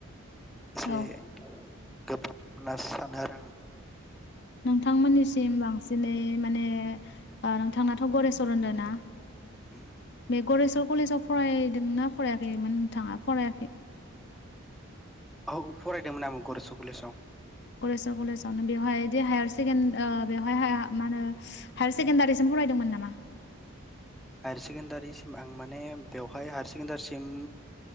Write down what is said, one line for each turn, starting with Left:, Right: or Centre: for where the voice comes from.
Centre: एसे
Left: औ
Centre: गोब्राब होनासानो आरो आं
Left: नोंथांमोननिसिम बांसिनै माने ओह नोंथांनाथ' गरेसर होनदोंना?
Centre: उम
Left: गरेस्वर कलेजाव फरायदोंना फरायाखैमोन नोंथाङा फरायाखै?
Centre: आं फरायदोंमोन आंबो गरेस्वर कलेजाव।
Left: कलेजाव कलेजावनो बेवहायदि हायार सेकेन्दआव ओ बेवहाय हाया मा होनो हायार सेकेण्डारिसिम फरायदोंमोन नामा?
Centre: हायार सेकेण्डारिसिम आं माने बेवहाय हायार सेकेण्डारिसिम